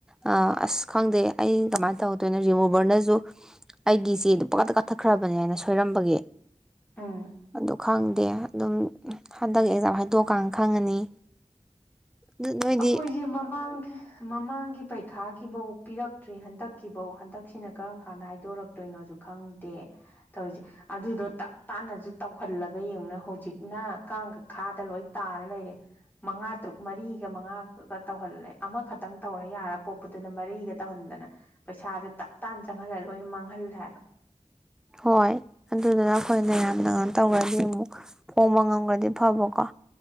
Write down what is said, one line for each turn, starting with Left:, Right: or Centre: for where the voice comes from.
Centre: ꯑꯥ ꯑꯁ ꯈꯪꯗꯦ ꯑꯩ ꯀꯃꯥꯏꯅ ꯇꯧꯗꯣꯏꯅꯣ ꯔꯤꯃꯨꯚꯔꯅꯁꯨ ꯑꯩꯒꯤ ꯏꯆꯦꯗꯨ ꯄꯛꯀꯥꯗ ꯀꯛꯊꯠꯈ꯭ꯔꯕꯅꯦ ꯍꯥꯏꯅ ꯁꯣꯏꯔꯝꯕꯒꯤ
Left: ꯎꯝ
Centre: ꯑꯗꯨ ꯈꯪꯗꯦ ꯑꯗꯨꯝ ꯍꯟꯗꯛ ꯑꯦꯛꯖꯥꯝ ꯍꯥꯏꯗꯣꯛꯑꯀꯥꯟ ꯈꯪꯉꯅꯤ ꯑꯗꯨ ꯅꯣꯏꯗꯤ
Left: ꯑꯩꯈꯣꯏꯁꯦ ꯃꯃꯥꯡ ꯃꯃꯥꯡꯒꯤ ꯄꯩꯈꯥꯒꯤꯐꯧ ꯄꯤꯔꯛꯇ꯭ꯔꯤ ꯍꯟꯗꯛꯀꯤꯐꯧ ꯍꯟꯗꯛꯁꯤꯅ ꯀꯔꯝ ꯀꯥꯟꯗ ꯍꯥꯏꯗꯣꯔꯛꯇꯣꯏꯅꯣꯁꯨ ꯈꯪꯗꯦ ꯇꯧꯔꯤꯁꯦ ꯑꯗꯨꯗꯣ ꯇꯞ ꯇꯥꯅꯁꯨ ꯇꯧꯍꯜꯂꯒ ꯌꯦꯡꯉꯨꯅ ꯍꯧꯖꯤꯛꯅ ꯀꯥꯡ ꯈꯥꯗ ꯂꯣꯏ ꯇꯥꯔ ꯂꯩꯔꯦ ꯃꯉꯥ ꯇꯔꯨꯛ ꯃꯔꯤꯒ ꯃꯉꯥꯒ ꯇꯧꯍꯜꯂꯦ ꯑꯃꯈꯛꯇꯪ ꯇꯧꯔ ꯌꯥꯔ ꯄꯣꯛꯄꯗꯨꯅ ꯃꯔꯤꯒ ꯇꯧꯍꯟꯗꯅ ꯄꯩꯁꯥꯁꯦ ꯇꯞ ꯇꯥꯅ ꯆꯪꯍꯜꯂ ꯂꯣꯏꯅ ꯃꯥꯡꯍꯜꯂꯦ ꯍꯥꯏꯕ
Centre: ꯍꯣꯏ ꯑꯗꯨꯗꯨꯅ ꯑꯩꯈꯣꯏꯅꯌꯥꯝ <unintelligible> ꯇꯧꯈ꯭ꯔꯗꯤ ꯑꯃꯨꯛ ꯍꯣꯡꯕ ꯉꯝꯈ꯭ꯔꯗꯤ ꯐꯕꯀꯣ